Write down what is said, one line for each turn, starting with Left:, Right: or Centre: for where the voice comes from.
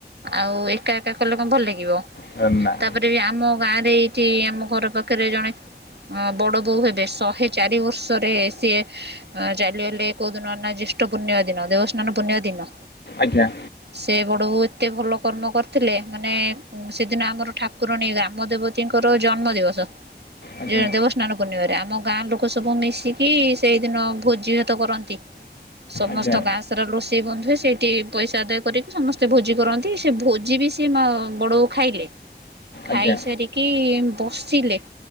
Right: ଆଉ ଏକା ଏକା କଲେ କଣ ଭଲ ଲାଗିବ।
Left: ଅ ନା।
Right: ତାପରେ ବି ଆମ ଗାଁରେ ଏଇଠି ଆମ ଘର ପାଖରେ ଜଣେ ଅ ବଡ ବୋଉ ହେବେ ଶହେ ଚାରି ବର୍ଷରେ ସିଏ ଅ ଚାଲି ଗଲେ କହୁଦନ ନା ଜ୍ୟେଷ୍ଠ ପୁର୍ଣିମା ଦିନ ଦେବସ୍ଥାନ ପୁର୍ଣିମା ଦିନ।
Left: ଆଜ୍ଞା।
Right: ସେ ବଡ଼ବୋଉ ଏତେ ଭଲ କର୍ମ କରିଥିଲେ ମାନେ ସେଦିନ ଆମର ଠାକୁରଣୀ ରାମ ଦେବତୀଙ୍କର ଜନ୍ମ ଦିବସ।
Left: ଆଜ୍ଞା
Right: ଯେ ଦେବସ୍ନାନ ପୂର୍ଣ୍ଣିମାରେ ଆମ ଗାଁ ଲୋ କ ସବୁ ମିଶିକି ସେଇଦିନ ଭୋଜି ଭାତ କରନ୍ତି। ସମସ୍ତ
Left: ଆଜ୍ଞା
Right: ଗାଁ ସାରା ରୋଷେଇ ବନ୍ଧୁଏ ସେଇଟି ପଇସା ଆଦାୟ କରିକି ସମସ୍ତେ ଭୋଜି କରନ୍ତି। ସେ ଭୋଜି ବି ସେ ମା ବଡ଼ବୋଉ ଖାଇଲେ। ଖାଇସାରି
Left: ଆଜ୍ଞା
Right: କି ବସିଲେ